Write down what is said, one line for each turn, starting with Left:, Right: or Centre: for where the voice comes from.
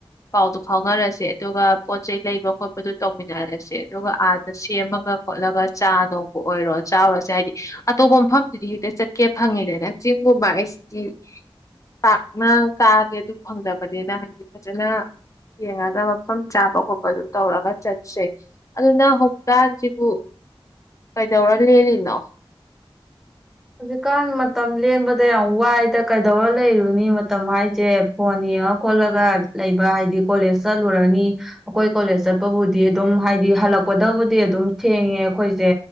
Left: ꯄꯥꯎꯗꯨ ꯐꯥꯎꯅꯔꯁꯦ ꯑꯗꯨꯒ ꯄꯣꯠ ꯆꯩꯩ ꯂꯩꯕ ꯈꯣꯠꯄꯗꯨ ꯇꯧ ꯇꯧꯃꯤꯟꯅꯔꯁꯦ ꯑꯗꯨꯒ ꯑꯥꯗ ꯁꯦꯝꯃꯒ ꯈꯣꯠꯂꯒ ꯆꯥ ꯅꯧꯕ ꯑꯣꯏꯔꯣ ꯆꯥꯎꯔꯁꯦ ꯍꯥꯏꯗꯤ ꯑꯇꯣꯞꯄ ꯃꯐꯝꯗꯨꯗꯤ ꯍꯦꯛꯇ ꯆꯠꯀꯦ ꯐꯪꯉꯤꯗꯅ ꯆꯤꯡꯒꯨꯝꯕ ꯍꯥꯏꯁꯤꯗꯤ ꯄꯥꯛꯅ ꯀꯥꯒꯦ ꯑꯗꯨ ꯐꯪꯗꯕꯅꯤꯅ ꯍꯥꯏꯗꯤ ꯐꯖꯅ ꯌꯦꯡꯉꯒ ꯃꯐꯝ ꯆꯥꯕ ꯈꯣꯠꯄꯗꯨ ꯇꯧꯔꯒ ꯆꯠꯁꯦ ꯑꯗꯨꯅ ꯍꯧꯞꯇꯥꯜꯁꯤꯕꯨ ꯀꯩꯗꯧꯔ ꯂꯦꯜꯂꯤꯅꯣ
Centre: ꯍꯧꯖꯤꯛꯀꯥꯟ ꯃꯇꯝ ꯂꯦꯝꯕ ꯑꯗꯨꯗ ꯌꯥꯝ ꯋꯥꯏꯗ ꯀꯩꯗꯧꯔ ꯂꯩꯔꯨꯅꯤ ꯃꯇꯝ ꯍꯥꯏꯁꯦ ꯐꯣꯟ ꯌꯦꯡꯉ ꯈꯣꯠꯂꯒ ꯂꯩꯕ ꯍꯥꯏꯗꯤ ꯀꯣꯂꯦꯖ ꯆꯠꯂꯨꯔꯅꯤ ꯑꯩꯈꯣꯏ ꯀꯣꯂꯦꯖ ꯆꯠꯄꯕꯨꯗꯤ ꯑꯗꯨꯝ ꯍꯥꯏꯗꯤ ꯍꯜꯂꯛꯄꯗꯕꯨꯗꯤ ꯑꯗꯨꯝ ꯊꯦꯡꯉꯦ ꯑꯩꯈꯣꯏꯁꯦ